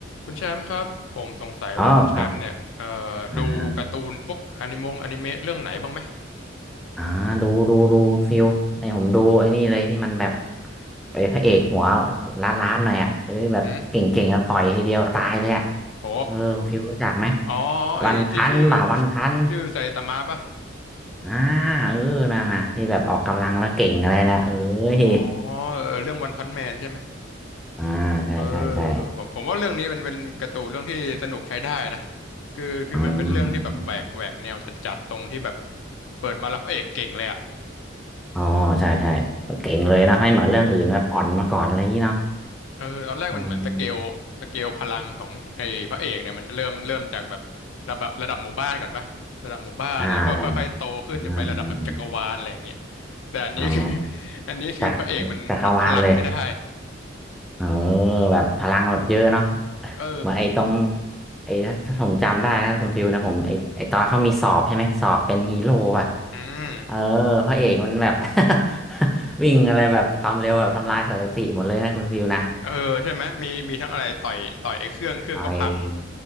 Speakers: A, on the left (about 75°); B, in the centre.
A: คุณแชมป์ครับผมสงสัยว่าคุณแชมป์เนี่ยเอ่อดูการ์ตูนพวกอนิมงอนิเมะเรื่องไหนบ้างไหม
B: อ๋อครับอ่าอ่าดูดูดูฟิลไอ้ผมดูไอ้นี่เลยที่มันแบบไอ้พระเอกหัวล้านล้านหน่อยอ่ะเฮ้ยแบบเก่งๆเอาต่อยทีเดียวตายเลยอ่ะ
A: อืมโห
B: เออคุณฟิลรู้จักไหม
A: อ๋อไอ้ที่ชื่อ
B: วันพันบ่าวันพัน
A: ชื่อไซตามะป่ะ
B: อ่าเออน่ะน่ะที่แบบออกกำลังแล้วเก่งอะไรนะเอ้ย
A: อ๋อเออเรื่องวันพันแมนใช่ไหม
B: <laughs> อ่าใช่ใช่ใช่
A: เออผมผมว่าเรื่องนี้เป็นเป็นการ์ตูนเรื่องที่สนุกใช้ได้นะคือคือมันเป็นเรื่องที่แบบแหวกแหวกแนวจัดๆตรงที่แบบ
B: อืมอม
A: เปิดมาแล้วพระเอกเก่งเลยอะ
B: อ๋อใช่ใช่เก่งเลยนะไม่เหมือนเรื่องอื่นแบบอ่อนมาก่อนอะไรอย่างนี้เนาะ
A: เออตอนแรกมันเหมือนสเกลสเกลพลังของไอ้พระเอกเนี่ยมันจะเริ่มเริ่มจากแบบระดับระดับหมู่บ้านก่อนปะระดับหมู่บ้านแล้วก็ค่อยๆโตขึ้นจนไประดับแบบจักรวาลอะไรอย่างเงี้ย
B: อืมอ่าใช่อ่าอืม
A: แต่อันนี้คือ
B: อ๋อ
A: <laughs> อันนี้คือพระเอกมันวัดพลังไม่ได้
B: จากจักรวาลเลยเออแบบพลังแบบเยอะเนาะ <laughs>
A: เออ
B: เหมือนไอ้ตรงไอ้ถ้าผมจำได้นะคุณฟิวนะผมไอ้ไอ้ตอนเขามีสอบใช่ไหมสอบเป็นฮีโร่ป่ะ
A: อืม
B: เออพระเอกมันแบบ <laughs> วิ่งอะไรแบบความเร็วแบบทำลายสถิติหมดเลยนะคุณฟิวนะ
A: เออใช่ไหมมีมีทั้งอะไรต่อยต่อยไอ้เครื่องเครื่องก็พัง
B: ไอ